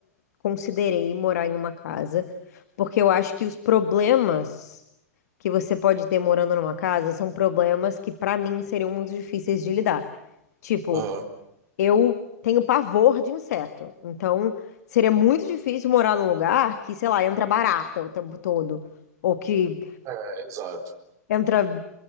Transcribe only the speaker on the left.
considerei morar em uma casa, porque eu acho que os problemas que você pode ter morando numa casa são problemas que, pra mim, seriam muito difíceis de lidar. Tipo,
eu tenho pavor de inseto, então seria muito difícil morar num lugar que, sei lá, entra barata o tempo todo. Ou que
entra.